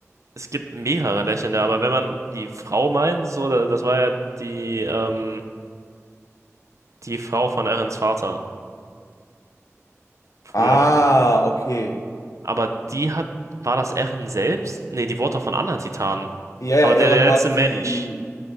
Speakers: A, on the right; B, on the left.
A: es gibt mehrere Lächelnde, aber wenn man die Frau meint, so, da- das war ja die, ähm, die Frau von Erins Vater früher.
B: Ah,
A: So.
B: okay.
A: Aber die hat, war das Erin selbst? Nee, die wurde doch von anderen Titanen.
B: Ja, ja,
A: Aber
B: Eren
A: der, der
B: hat
A: letzte Mensch,
B: die.